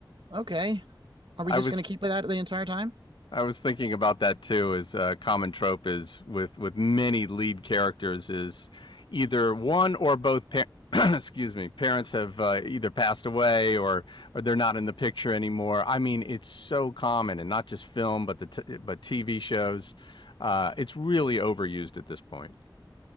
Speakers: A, on the right (about 75°); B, on the left (about 75°).
A: okay, are
B: I
A: we just
B: was
A: going to keep it out the entire time?
B: I was thinking about that too. Is a common trope is with with many lead characters is either one or both. Pa- <clears throat> excuse me, parents have uh, either passed away or or they're not in the picture anymore. I mean, it's so common, and not just film, but the t- but TV shows. Uh, it's really overused at this point.